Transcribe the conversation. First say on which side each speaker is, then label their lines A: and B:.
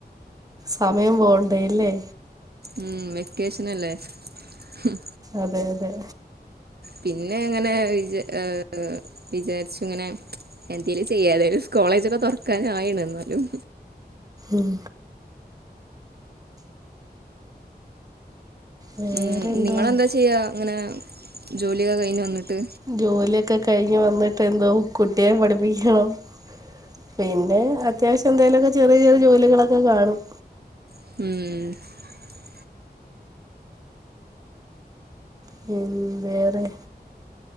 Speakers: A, on the right; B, on the right.
A: സമയം പോവണ്ടയല്ലേ
B: ഉം വെക്കേഷനല്ലേ ഹും
A: അതെയതെ
B: പിന്നെങ്ങനെ വിജ ഏഹ് വിചാരിച്ചുങ്ങനെ എന്തേലും ചെയ്യാ നെരു കോളേജൊക്കെ തൊറക്കാനായിണ് ന്നാലും
A: ഉം വേറെന്താണ്
B: ഉം നിങ്ങളെന്താ ചെയ്യ ഇങ്ങനെ ജോലിയൊക്കെ കഴിഞ്ഞ് വന്നിട്ട്
A: ജോലിയൊക്കെ കഴിഞ്ഞ് വന്നിട്ട് എന്തോ കുട്ടിയെ പഠിപ്പിക്കണം. പിന്നെ അത്യാവശ്യം എന്തെലൊക്കെ ചെറിയ ചെറിയ ജോലികളൊക്കെ കാണും.
B: ഉം
A: പിൻ വേറെ?